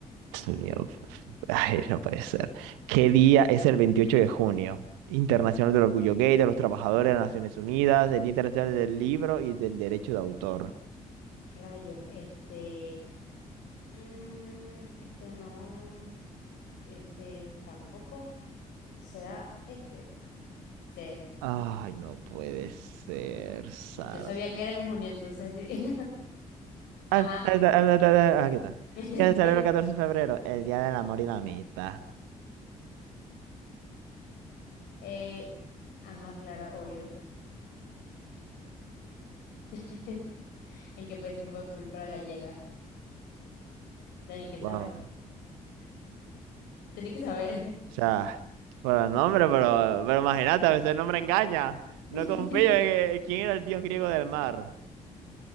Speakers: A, on the right; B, on the left.
A: Dios mío, Ay, no puede ser. ¿Qué día es el 28 de junio? Internacional del Orgullo Gay, de los Trabajadores de las Naciones Unidas, el Día Internacional del Libro y del Derecho de Autor.
B: Rayos, este, mm, este no, este tampoco será este. Sí,
A: Ay, no puede ser, Sara.
B: yo sabía que era en junio, entonces sí. <laughs> Ajá.
A: Ah, ah, ah, ah, ah, ah, Aquí está.
B: <laughs>
A: ¿Qué se celebra el 14 de febrero? El Día del Amor y la Amistad.
B: Eh, ajá, claro, obvio. <laughs> ¿En qué país se come pulpa gallega? Tenía que saber,
A: Wow.
B: tenía que saber.
A: O sea, por el nombre, pero, pero imagínate, a veces el nombre engaña. No
B: <laughs>
A: confío en, en quién era el dios griego del mar.